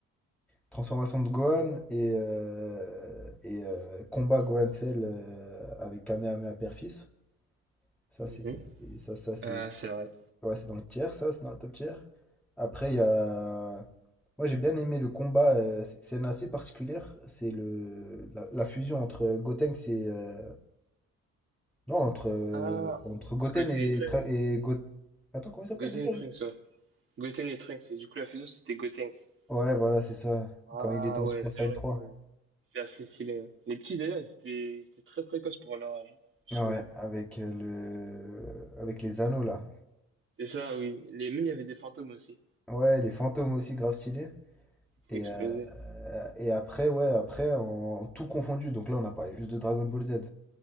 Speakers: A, in the centre; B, on the right (about 45°).
A: transformation de Gohan et, euh, et euh, combat Gohan Cell euh, avec Kamehameha Père-Fils. Ça,
B: Mhm.
A: c'est, et ça, ça c'est,
B: Ah, c'est vrai.
A: ouais, c'est dans le tiers, ça, c'est dans le top tiers. Après, il y a, moi j'ai bien aimé le combat, euh, c'est c'est une assez particulière, c'est le, la, la fusion entre Gotenks et, euh, Non, entre, euh,
B: Ah,
A: entre
B: entre
A: Goten
B: Goten
A: et,
B: et Trunks.
A: Tra- et Go- Attends, comment il s'appelle
B: Goten
A: déjà?
B: et
A: lui
B: Trunks, ouais. Goten et Trunks, et du coup, la fusion, c'était Gotenks.
A: Ouais, voilà, c'est ça.
B: Ah
A: Quand il était en
B: ouais,
A: Super
B: c'est
A: Saiyan
B: vrai
A: trois
B: que ouais. C'est assez stylé. hein. Les petits d'ailleurs, ils étaient, ils étaient très précoces pour leur âge, hein, je
A: Ouais,
B: trouve. hein.
A: avec euh, le avec les anneaux là.
B: C'est ça, oui. Les mêmes, il y avait des fantômes aussi
A: Ouais, les fantômes aussi grave stylés.
B: qui pouvaient
A: Et,
B: exploser.
A: euh, et après, ouais, après, en tout confondu. Donc là, on a parlé juste de Dragon Ball Z.